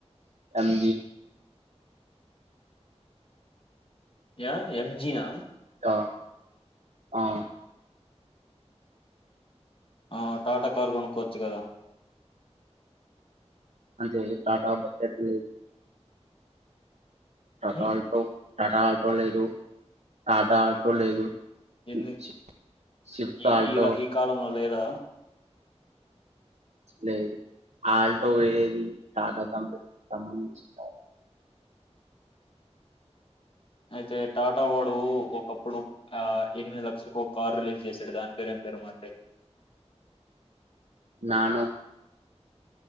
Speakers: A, on the right; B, on the left.
A: అండ్
B: య ఎం నినా
A: ఆ ఆ
B: ఆ టాటా కార్ కొనుక్కోవచ్చు కదా
A: అంటే టాటా క్ బడ్జెట్ లేదు టాటాటో
B: ఉమ్
A: టాటా ఆటో లేదు ఆ టాటా ఆటో లేదు
B: ఎందు
A: మ్ షిఫ్ట్
B: ఈ
A: ఆటో
B: ఈ ర- ఈ కాలంలో లేదా
A: లేదు ఆల్టో ఎది టటా కంపినీ <unintelligible>
B: అయితే టాటా వాడు ఒకప్పుడు ఆ ఎనిమిది లక్షలకు ఒక కార్ రిలీజ్ చేశాడు దాని పేరేం పెరు మరే
A: నానో